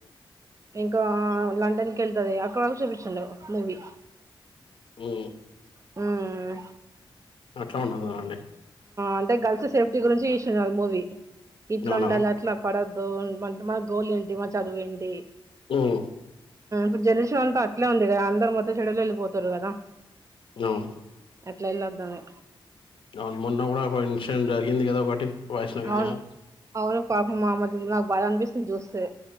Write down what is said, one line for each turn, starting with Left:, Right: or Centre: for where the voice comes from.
Right: ఇంకా లండన్ కి వెళ్తుది అక్కడ చూపిచు హలో మూవీ
Left: హు
Right: హుం. హుం
Left: అట్లా ఉండదు అండి
Right: అంటే గర్ల్స్ సేఫ్టీ గురించి తిసున్నారు మూవీ ఇట్లా
Left: అవునా
Right: ఉండాల అట్లా పడదు మా గోల్ ఏంటి మా చదువు ఏంటి
Left: హుం
Right: హు జనరేషన్స్ అంత అట్లనే ఉంది కదా అందరూ. మొం చెడుల వెళ్ళ పోతుారు కదా
Left: అవును
Right: అట్లా ఎలాదానీ
Left: అని మొన్న కొంచెం జరిగింది కదా ఒకటి వైష్ణవిదేమో
Right: అవును అవును పాపం ఆమెదేమో నాకు బాధనిపిస్తుంది చూస్తే